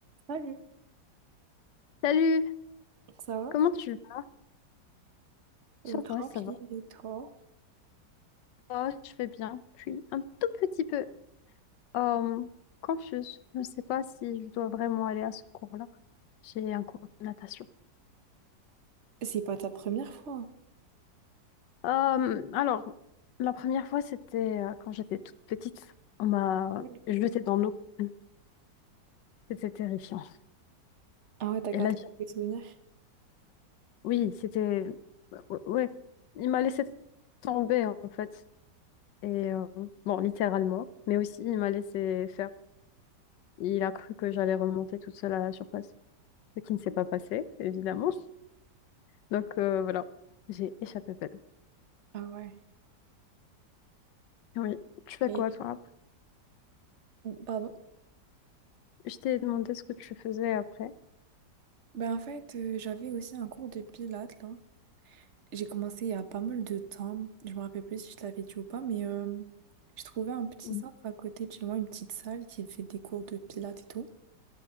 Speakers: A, on the right (about 45°); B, on the left (about 80°).
A: Salut,
B: Salut,
A: Ça va?
B: comment tu vas? Ça
A: Euh, tranquille
B: va, ça va.
A: et toi?
B: Ah, je vais bien. Je suis un tout petit peu euh, confuse. Je ne sais pas si je dois vraiment aller à ce cours-là. J'ai un cours de natation.
A: C'est pas ta première fois.
B: Euh, alors, la première fois, c'était euh, quand j'étais toute petite. On m'a
A: Oui.
B: jetée dans l'eau. <laughs> C'était terrifiant.
A: Ah ouais, t'as
B: Et
A: gardé
B: là, j'ai-
A: des souvenirs.
B: oui, c'était... Ouais, ouais. il m'a laissé tomber, en fait. Et euh, bon, littéralement, mais aussi, il m'a laissé faire. Il a cru que j'allais remonter toute seule à la surface. ce qui ne s'est pas passé, évidemment. Donc euh, voilà, j'ai échappé belle.
A: Ah ouais.
B: Oui. Tu fais
A: Et
B: quoi, toi? après
A: pardon.
B: Je t'ai demandé ce que tu faisais après.
A: Ben en fait, euh, j'avais aussi un cours de pilates là. J'ai commencé il y a pas mal de temps. Je me rappelle plus si je l'avais dit ou pas, mais euh, je trouvais un petit
B: Mhm.
A: centre à côté de chez moi, une petite salle qui fait des cours de pilates et tout.